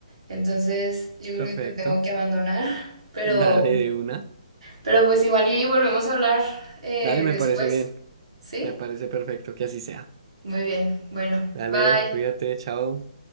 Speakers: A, on the right; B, on the right.
A: Entonces, yo creo
B: Perfecto.
A: que te tengo que abandonar. Pero,
B: Dale de una.
A: pero pues igual y volvemos a hablar eh,
B: Dale, me
A: después.
B: parece bien.
A: ¿Sí?
B: Me parece perfecto que así sea.
A: Muy bien. Bueno,
B: Dale,
A: bye.
B: cuídate, chao.